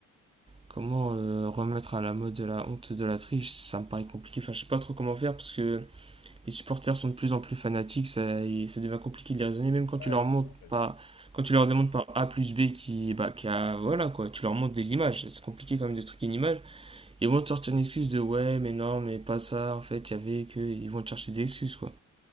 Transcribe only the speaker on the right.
Comment euh, remettre à la mode de la honte de la triche, ça me paraît compliqué. Enfin, je sais pas trop comment faire parce que les supporters sont de plus en plus fanatiques, ça, et ça devient compliqué de les raisonner, même quand
tu leur
montres
pas, quand tu leur demandes par A plus B qui, bah, qui a, voilà quoi, tu leur montres des images, c'est compliqué quand même de truquer une image, ils vont te sortir une excuse de ouais, mais non, mais pas ça, en fait, il y avait que, ils vont te chercher des excuses quoi.